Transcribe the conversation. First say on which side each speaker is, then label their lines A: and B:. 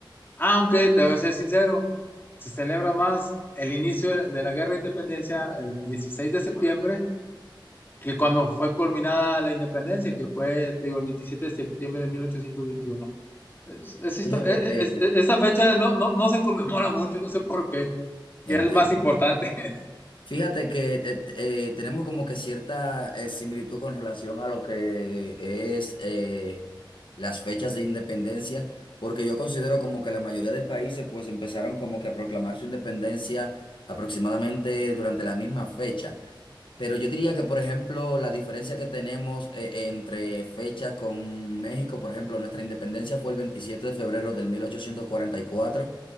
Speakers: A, on the left (about 25°); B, on the left (about 70°).
A: Aunque, te voy a ser sincero, se celebra más el inicio de la de la guerra de independencia el 16 de septiembre que cuando fue culminada la independencia, que fue, te digo, el 27 de septiembre de 1821. Es- es histo-
B: Fíjate
A: es-
B: que,
A: es- e, esa fecha no, no, no se conmemora mucho, no sé por qué, que
B: entiendo.
A: es más importante. <laughs>
B: Fíjate que te- te- eh, tenemos como que cierta eh, similitud con relación a lo que es eh, las fechas de independencia, porque yo considero como que la mayoría de países pues empezaron como que a proclamar su independencia aproximadamente durante la misma fecha. Pero yo diría que, por ejemplo, la diferencia que tenemos eh, entre fechas con México, por ejemplo, nuestra independencia fue el veintisiete de febrero del mil ochocientos cuarenta y cuatro